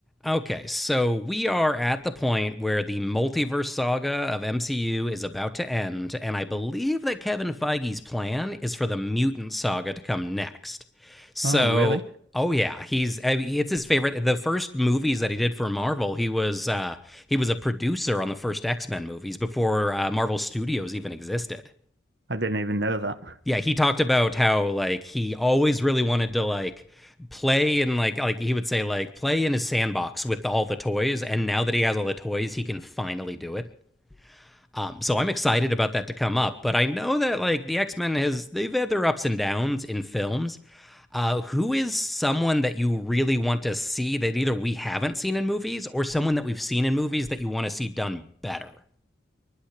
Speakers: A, in the centre; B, on the right (about 60°).
A: Okay, so we are at the point where the multiverse saga of MCU is about to end, and I believe that Kevin Feige's plan is for the mutant saga to come next. So,
B: Oh, really?
A: oh yeah, he's I mean, it's his favorite. The first movies that he did for Marvel, he was uh, he was a producer on the first X Men movies before uh, Marvel Studios even existed
B: I didn't even know that.
A: yeah he talked about how like he always really wanted to like play in like like he would say like play in his sandbox with all the toys and now that he has all the toys he can finally do it um so i'm excited about that to come up but i know that like the x-men has they've had their ups and downs in films uh who is someone that you really want to see that either we haven't seen in movies or someone that we've seen in movies that you want to see done better